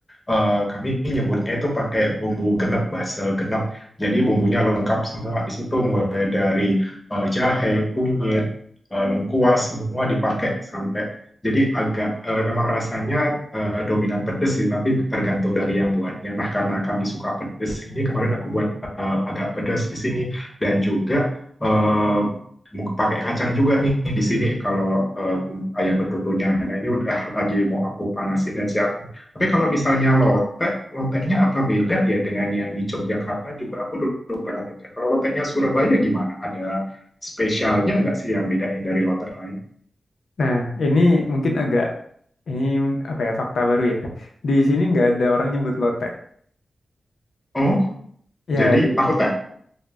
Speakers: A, on the left (about 30°); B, on the left (about 80°).
A: eh, kami nyebutnya itu pakai bumbu genep, basel genep. Jadi bumbunya lengkap semua di situ mulai dari eh, jahe, kunyit, eh, lengkuas semua dipakai sampai. Jadi agak eh, memang rasanya eh, dominan pedes sih, tapi tergantung dari yang buatnya. Nah karena kami suka pedes, ini kemarin aku buat eh, agak pedes di sini dan juga eh, pakai kacang juga nih di sini kalau uh, ayam betutunya. Nah ini udah <laughs> lagi mau aku panasin dan siapin. Tapi kalau misalnya lotek, loteknya apa beda ya dengan yang di Yogyakarta juga aku dulu pernah dengar. Kalau loteknya Surabaya gimana? Ada spesialnya nggak sih yang bedain dari lotek lain?
B: nah ini mungkin agak ini apa ya fakta baru ya di sini nggak ada orang nyebut lotek
A: Oh,
B: ya
A: jadi
B: di-
A: tahu tak?